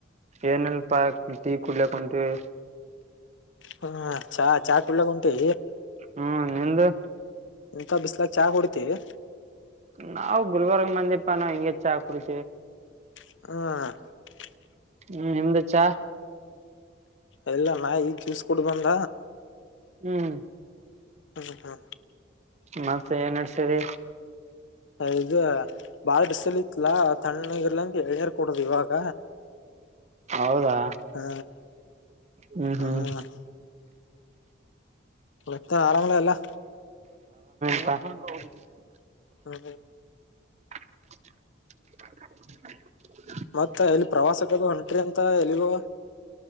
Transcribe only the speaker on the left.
ಹ ಚಾ ಚಾ ಕುಡಿಯಕ್ ಹೊಂಟಿ
ಇಂತ ಬಿಸ್ಲಾಕ್ ಚಾ ಕೊಡ್ತಿವಿ
ಹ
ಎಲ್ಲ ನಾ ಈಗ ಜ್ಯೂಸ್ ಕುಡ ಬಂದ
ಹ್ಮ ಹಾ
ಹ ಇದು ಬಾಳ ಬಿಸಿಲಿತ್ತಲ್ಲ ತಣ್ಣಗಿರ್ಲಿ ಅಂತ. ಎಳ್ನೀರ್ ಕುಡಿದಿವಿ ಇವಾಗ
ಅ
ಅ ಮತ್ತೆ ಆರಾಮ ಎಲ್ಲಾ
ಹ್ಮ
ಮತ್ತ ಎಲ್ಲಿ ಪ್ರವಾಸಕ್ಕದು ಹೊಂಟ್ರಿ ಅಂತ ಎಲ್ಲಿಗೂ